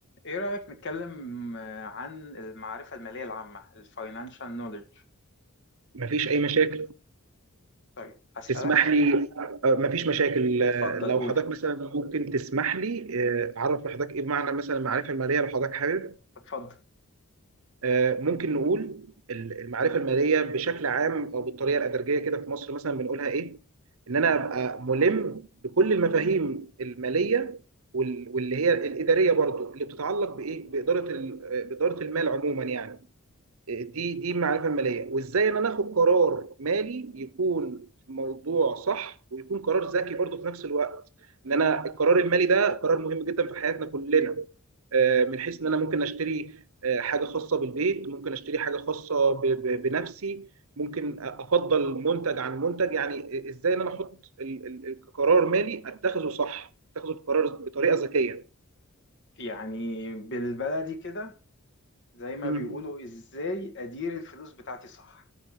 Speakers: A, on the left; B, on the right.
A: ايه رأيك نتكلم آه، عن المعرفة المالية العامة الفاينانشال نوليدج
B: مفيش أي مشاكل
A: طيب هسألك
B: تسمح لي آه، مفيش مشاكل
A: اتفضل
B: آه، لو
A: قول
B: حضرتك مثلا ممكن تسمح لي آه، أعرف لحضرتك إيه معنى مثلا المعرفة المالية لو حضرتك حابب
A: اتفضل
B: آه، ممكن نقول ال- المعرفة المالية بشكل عام أو بالطريقة الأدرجية كده في مصر مثلا بنقولها إيه؟ إن أنا أبقى ملم بكل المفاهيم المالية وال- واللي هي الإدارية برضو اللي بتتعلق بإيه؟ بإدارة ال- آه، بإدارة المال عموما يعني دي دي المعرفه الماليه وازاي ان انا اخد قرار مالي يكون في موضوع صح ويكون قرار ذكي برضه في نفس الوقت ان انا القرار المالي ده قرار مهم جدا في حياتنا كلنا آه، من حيث ان انا ممكن اشتري آه، حاجه خاصه بالبيت ممكن اشتري حاجه خاصه ب- ب- بنفسي ممكن افضل منتج عن منتج يعني ازاي ان انا احط ال- ال- ال- كقرار مالي اتخذه صح اتخذه بقرار بطريقه ذكيه
A: يعني بالبلدي كده زي ما
B: مم.
A: بيقولوا ازاي ادير الفلوس بتاعتي صح